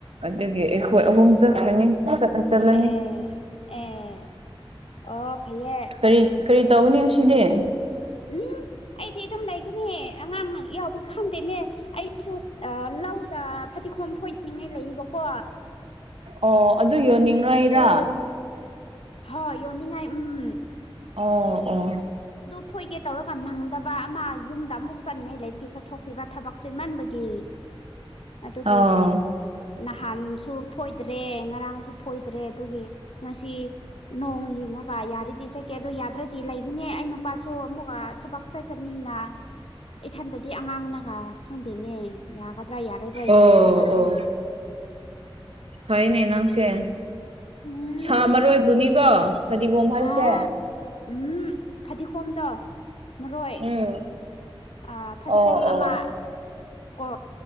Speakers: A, on the right; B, on the left.
A: ꯑꯗꯨꯒꯤ ꯑꯩꯈꯣꯏ ꯑꯍꯨꯝ ꯆꯠꯈ꯭ꯔꯅꯤ꯫ ꯆꯠꯂꯅꯤ
B: ꯑꯦ ꯑꯦ ꯑꯣ ꯐꯩꯌꯦ꯫
A: ꯀꯔꯤ ꯀꯔꯤ ꯇꯧꯒꯅꯤ ꯉꯁꯤꯗꯤ꯫
B: ꯎꯝ ꯑꯩꯗꯤ ꯑꯗꯨꯝ ꯂꯩꯒꯅꯤ ꯑꯉꯥꯡ ꯌꯥꯎꯕꯒꯤ ꯈꯪꯗꯦꯅꯦ ꯑꯩꯁꯨ ꯂꯧꯗ ꯐꯗꯤ ꯒꫭꯝ ꯐꯣꯏꯅꯤꯡꯉꯥꯏ ꯂꯩꯌꯦꯕꯀꯣ꯫
A: ꯑꯣ ꯑꯗꯨ ꯌꯣꯟꯅꯤꯡꯉꯥꯏꯔꯥ꯫
B: ꯑꯗꯨ ꯍꯣꯏ ꯌꯣꯟꯅꯤꯡꯉꯥꯏ ꯎꯝ꯫
A: ꯑꯣ ꯑꯣ
B: ꯐꫭꯏꯒꯦ ꯇꯧꯔꯒ ꯅꯪꯗꯕ ꯑꯃ ꯌꯨꯝꯗ ꯑꯃꯨꯛ ꯆꯠꯅꯤꯡꯉꯥꯏ ꯂꯩꯕꯒꯤ ꯆꯠꯊꯣꯛꯈꯤꯕ ꯊꯕꯛ ꯆꯤꯟꯃꯟꯕꯒꯤ ꯑꯗꯨꯒꯤ
A: ꯑꯣ
B: ꯅꯥꯛ ꯍꯥꯟꯁꯨ ꯐꯣꯏꯗ꯭ꯔꯦ ꯉꯔꯥꯡꯁꯨ ꯐꯣꯏꯗ꯭ꯔꯦ ꯑꯗꯨꯒꯤ ꯉꯁꯤ ꯅꯣꯡ ꯌꯦꯡꯑꯒ ꯌꯥꯔꯤꯗꯤ ꯆꯠꯀꯦ ꯑꯗꯣ ꯌꯥꯗ꯭ꯔꯗꯤ ꯂꯩꯒꯅꯤ ꯑꯩ ꯅꯨꯄꯥꯁꯨ ꯑꯃꯨꯛꯀ ꯊꯕꯛ ꯆꯠꯀꯅꯤꯅ꯫ ꯏꯊꯟꯇꯗꯤ ꯑꯉꯥꯡꯅꯒ ꯈꯪꯗꯦꯅꯦ ꯌꯥꯒꯗ꯭ꯔꯥ ꯌꯥꯔꯣꯏꯗ꯭ꯔꯥ
A: ꯑꯣ
B: ꯌꯦꯡꯕ ꯇꯥꯔꯦ꯫
A: ꯑꯣ
B: <unintelligible>
A: ꯐꯩꯅꯦ ꯅꯪꯁꯦ
B: ꯎꯝ
A: ꯁꯥ ꯃꯔꯣꯏꯕꯨꯅꯤꯀꯣ꯫ ꯐꯗꯤꯒꫭꯝ ꯍꯥꯏꯁꯦ꯫
B: ꯑꯥ ꯎꯝ ꯐꯗꯤꯒꯣꯝꯗꯣ ꯃꯔꯣꯏ
A: ꯎꯝ
B: ꯑ ꯐꯗꯤꯒꯣꯝ
A: ꯑꯣ
B: ꯑꯃꯥ
A: ꯑꯣ
B: ꯀꯣ